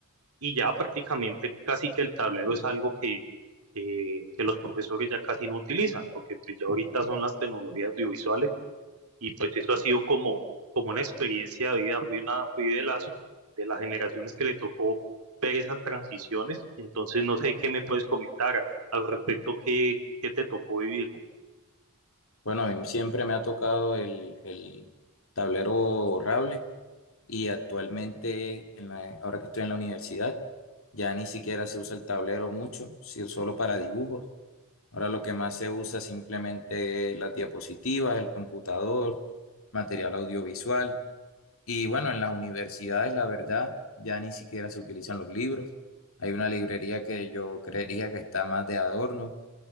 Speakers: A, on the right; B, on the left.
A: y ya prácticamente casi que el tablero es algo que, que, que los profesores ya casi no utilizan, porque pues ya ahorita son las tecnologías audiovisuales, y pues eso ha sido como, como una experiencia de vida, fui, una, fui de las, de las generaciones que le tocó ver esas transiciones, entonces no sé qué me puedes comentar al respecto, qué, qué te tocó vivir.
B: Bueno, a mí siempre me ha tocado el, el tablero borrable y actualmente, en la- ahora que estoy en la universidad, ya ni siquiera se usa el tablero mucho, si- solo para dibujos. Ahora lo que más se usa simplemente es las diapositivas, el computador, material audiovisual. Y bueno, en las universidades, la verdad, ya ni siquiera se utilizan los libros. Hay una librería que yo creería que está más de adorno